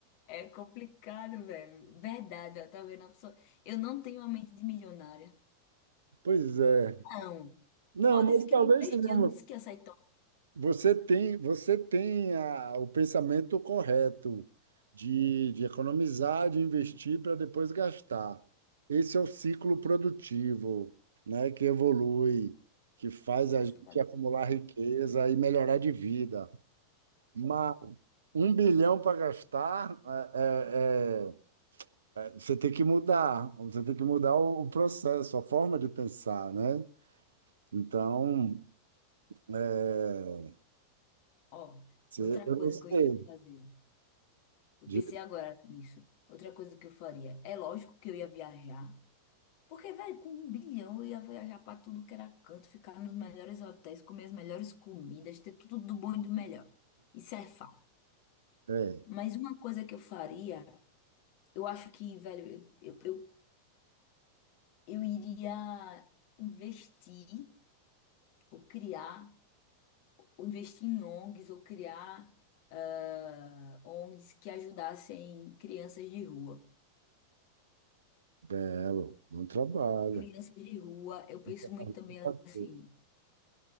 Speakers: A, on the left (about 45°); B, on the right (about 65°).
A: É complicado, velho. Verdade, ó, tá vendo? A pessoa... Eu não tenho uma mente de milionária.
B: Pois é,
A: Não.
B: Não,
A: Mal
B: mas
A: disse que
B: talvez
A: eu investi,
B: não.
A: eu não disse que ia sair tão.
B: Você tem, você tenha o pensamento correto de, de economizar, de investir para depois gastar. Esse é o ciclo produtivo, né, que evolui, que faz
A: Graças
B: a gente
A: a Deus.
B: acumular riqueza e melhorar de vida. Mas um bilhão para gastar, é, é- é- você tem que mudar, você tem que mudar o, o processo, a forma de pensar, né? Então, é,
A: Ó,
B: Você-
A: outra
B: eu
A: coisa
B: não sei.
A: que eu iria fazer. Eu
B: De-
A: pensei agora nisso. Outra coisa que eu faria. É lógico que eu ia viajar. Porque, velho, com um bilhão eu ia viajar pra tudo que era canto, ficar nos melhores hotéis, comer as melhores comidas, ter tudo do bom e do melhor. Isso é fato.
B: é,
A: Mas uma coisa que eu faria, eu acho que, velho, eu, eu, eu, eu iria investir ou criar, ou investir em ONGs, ou criar ah, ONGs que ajudassem crianças de rua.
B: belo, bom trabalho.
A: Crianças de rua, eu penso
B: <laughs>
A: muito também assim,